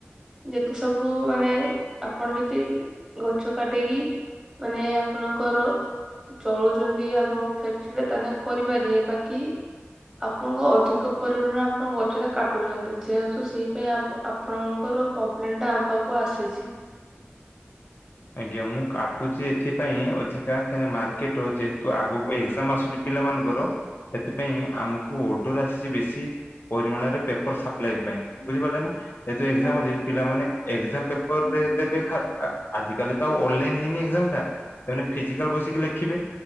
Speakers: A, on the right; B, on the left.
A: ଯେତେ ସବୁ ମାନେ ଆପଣ ଯଦି ଗଛ କାଟିକି ମାନେ ଆପଣଙ୍କର ଚଳୁଛନ୍ତି ଆପଣଙ୍କ ଫ୍ୟାକ୍ଟ୍ରି ରେ ତାନେ କରିପାରିବେ, ବାକି ଆପଣଙ୍କ ଅଧିକ ପରିମାଣ ଆପଣ ଗଛଟା କାଟୁଚନ୍ତି ଯେହେତୁ ସେଇପାଇଁ ଆପ ଆପଣଙ୍କର କମ୍ପ୍ଲେନ୍ ଟା ଆମ ପାଖକୁ ଆସିଛି।
B: ଆଜ୍ଞା ମୁଁ କାଟୁଚି ଏଥିପାଇଁ ଅଧିକା କାହିଁ ନା ମାର୍କେଟ୍ ର ଯେହେତୁ ଆଗକୁ ଏକ୍ଜାମ୍ ଆସୁନି ପିଲାମାନଙ୍କର ସେଥିପାଇଁ ଆମକୁ ଓଡର୍ ଆସିଛି ବେଶୀ। ପରିମାଣରେ ପେପର୍ ସାପ୍ଲାଇ ପାଇଁ, ବୁଝିପାରିଲେ ନା? ଯେହେତୁ ଏକ୍ଜାମ୍
A: ନାଇଁ
B: ଅଛି, ପିଲାମାନେ ଏକ୍ଜାମ୍ ପେପର୍ ରେ ଦେବେ ଖା ଆ ଆଜିକାଲି ତ ଆଉ ଅଲଲାଇନ୍ ହେଇନି ଏକ୍ଜାମ୍ ଟା ସେମାନେ ଫିଜିକାଲ୍ ବସିକି ଲେଖିବେ।